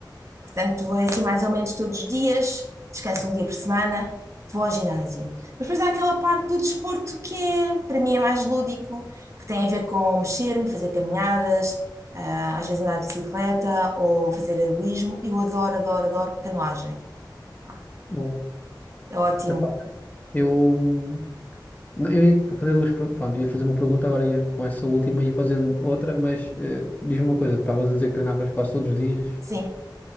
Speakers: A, on the right (about 40°); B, on the left (about 20°).
A: Portanto, é assim mais ou menos todos os dias, descanso um dia por semana, vou ao ginásio. Mas depois há aquela parte do desporto que é, para mim, é mais lúdico, que tem a ver com mexer-me, fazer caminhadas, ah, às vezes andar de bicicleta ou fazer heroísmo. Eu adoro, adoro, adoro canoagem. Pá,
B: Bom,
A: é ótimo.
B: epá, eu, não, eu ia fazer duas, per- pronto, ia fazer uma pergunta agora ia, com essa última e ia fazendo outra, mas eh, diz-me uma coisa, estavas a dizer que treinavas quase todos os dias.
A: Sim.